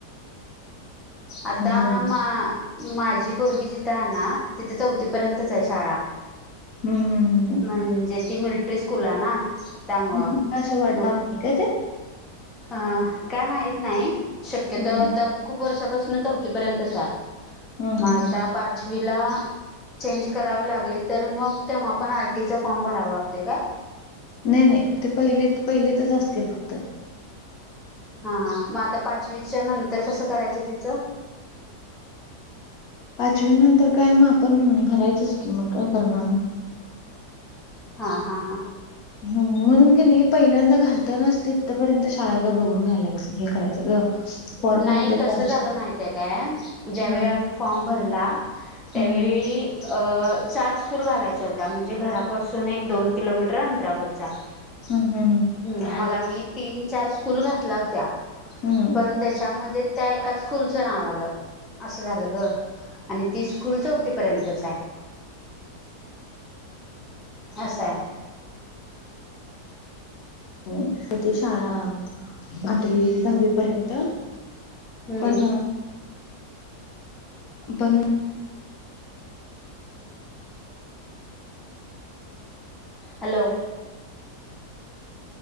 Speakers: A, in the centre; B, on the left (about 65°).
A: आता
B: हम्म
A: मा माझी पोरगी जिथं आहे ना, तिथे चौथ तीपर्यंतच आहे शाळा.
B: हम्म हम्म हम्म
A: म्हणजे ती मिल्टरी स्कूल आहे ना त्यामुळं
B: <unintelligible> असं वाढणार
A: मग
B: नाही काय ते?
A: अ काय माहित नाही. शक्यतो
B: हम्म
A: आता खूप वर्षापासूनच चौ थीपर्यंतच आहे.
B: हम्म हम्म
A: मग आता
B: हम्म
A: पाचवीला चेंज करावी लागली, तर मग तेव्हा पण आर टी ई चा फॉर्म भरावा लागतोय काय?
B: नाही नाही, ते पहिलीत, पहिलीतच असतंय फक्त.
A: हा हा. मग आता पाचवीच्या नंतर कसं करायचं तिचं?
B: पाचवी नंतर काय, मग आपण भरायचंच कि, मग काय करणार मग?
A: हा हा हा.
B: हम्म. म्हणून की नाही पहिल्यांदा घालतानाच, तीथपर्यंत शाळा हाय का? बघून घालायचं हे करायचं ग. <inaudible>
A: नाही
B: मध्ये त्या
A: कस झालं
B: अशा
A: माहित आहे काय? ज्यावेळी
B: हम्म
A: आम्ही फॉर्म भरला त्यावेळी
B: हम्म
A: अं चार स्कूल घालायच्या होत्या. म्हणजे घरापासून एक दोन किलोमीटर अंतरावरच्या. <inaudible>
B: हम् हम् हम.
A: मग आम्ही तीन चार स्कूल घातल्या होत्या.
B: हम्म
A: पण त्याच्यामध्ये त्या एका स्कूलच नाव आल. अस झाल ग. आणि ती स्कूल चौथीपर्यंतच आहे. असाय
B: हो ती शाळा आठवी दहावी पर्यंत
A: हम्म
B: पण पण
A: हॅलो